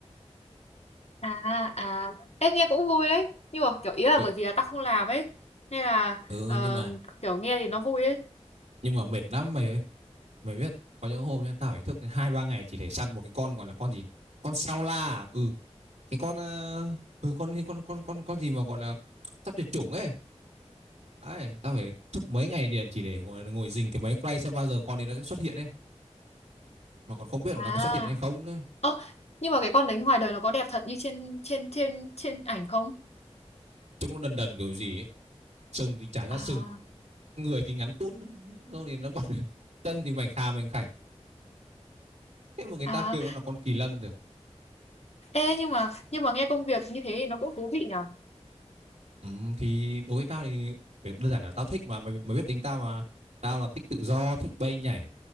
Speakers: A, on the left (about 65°); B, on the right (about 80°).
A: à à. Ê nghe cũng vui đấy. Nhưng mà kiểu ý là
B: ừ,
A: bởi vì là tao không làm ấy. Nên là
B: ừ
A: ờ,
B: nhưng mà
A: kiểu nghe thì nó vui ấy.
B: nhưng mà mệt lắm mày ơi mày biết có những hôm nhá tao phải thức đến hai ba ngày chỉ để săn một cái con gọi là con gì con sao la à? ừ cái con ờ, ừ con con con con con gì mà gọi là sắp tuyệt chủng ấy Ấy, tao phải thức mấy ngày liền chỉ để ngồi ngồi rình cái máy quay xem bao giờ con đi nó sẽ xuất hiện ấy. Mà còn không biết là
A: À
B: nó có xuất hiện hay không nữa.
A: Ơ, nhưng mà cái con đấy ngoài đời nó có đẹp thật như trên trên trên trên ảnh không?
B: Trông nó đần đần kiểu gì ấy. Sừng thì chả ra
A: À
B: sừng, người thì ngắn tún, rồi thì nó còn <laughs> chân thì mảnh khà mảnh khảnh. Thế mà người
A: à
B: ta kêu nó là con kỳ lân được.
A: ê nhưng mà nhưng mà nghe công việc như thế thì nó cũng thú vị nhở
B: Ừ, thì đối với tao thì đơn giản là tao thích mà mày, mày biết tính tao mà. Tao là thích tự do, thích bay nhảy.